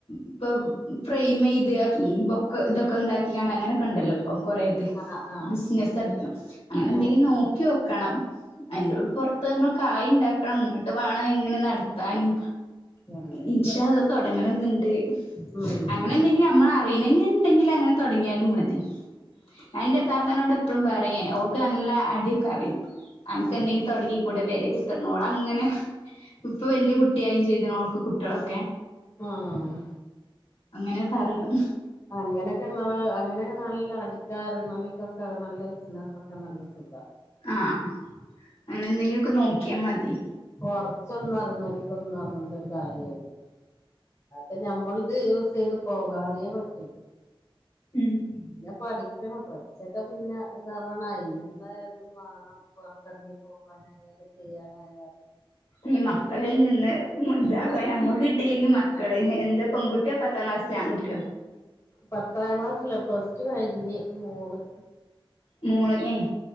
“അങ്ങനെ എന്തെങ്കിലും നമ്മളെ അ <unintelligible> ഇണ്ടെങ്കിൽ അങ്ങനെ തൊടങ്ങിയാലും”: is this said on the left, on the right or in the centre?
Left